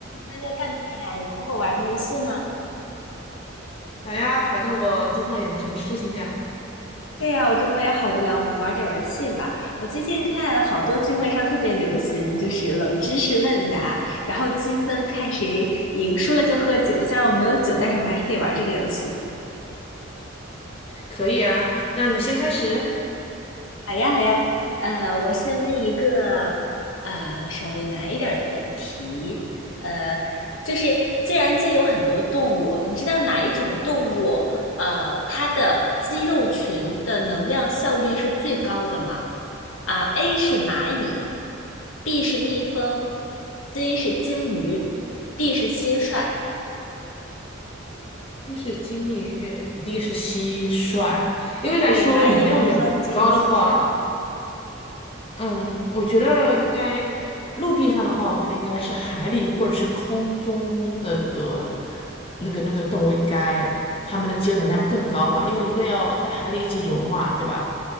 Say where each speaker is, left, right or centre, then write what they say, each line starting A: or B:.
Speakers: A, on the left; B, on the left.
A: 现在在干嘛呀？有空会玩个游戏吗？
B: 来呀，反正我周末也没什么事情干，
A: 对呀，我周末也好无聊，我们玩点游戏吧。我最近看好多聚会上特别流行，就是冷知识问答，然后积分看谁赢，输了就喝酒。虽然我没有酒，但是我们还是可以玩这个游戏。
B: 可以啊。那你先开始。
A: 好呀，好呀，呃，我先问一个呃稍微难一点儿的问题，呃，就是自然界有很多动物，你知道哪一种动物呃它的肌肉群的能量效率是最高的吗？啊，A 是蚂蚁，B 是蜜蜂，C 是鲸鱼，D 是蟋蟀。
B: 一是金鱼，一是蟋蟀。因为来说能量比较高的话，
A: 对，蚂蚁、蜜蜂、鲸鱼、蟋蟀，
B: 嗯，我觉得应该陆地上的话，我觉得应该是海里或者是空中的那个那个那个动物，应该它们的肌肉能量更高吧？因为一个要在海里一直游嘛，对吧？